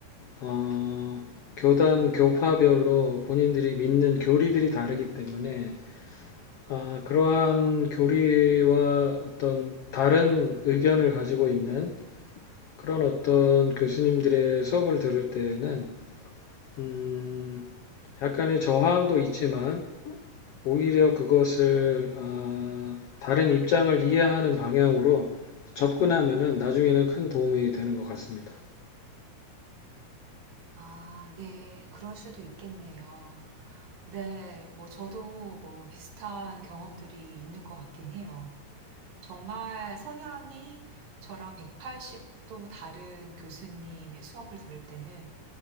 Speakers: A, on the left; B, on the right.
A: 어, 교단 교파별로 본인들이 믿는 교리들이 다르기 때문에 아, 그러한 교리와 어떤 다른 의견을 가지고 있는 그런 어떤 교수님들의 수업을 들을 때에는 음, 약간의 저항도 있지만 오히려 그것을 어, 다른 입장을 이해하는 방향으로 접근하면은 나중에는 큰 도움이 되는 것 같습니다.
B: 아, 네, 그럴 수도 있겠네요. 네, 뭐 저도 뭐 비슷한 경험들이 있는 것 같긴 해요. 정말 성향이 저랑 180도 다른 교수님의 수업을 들을 때는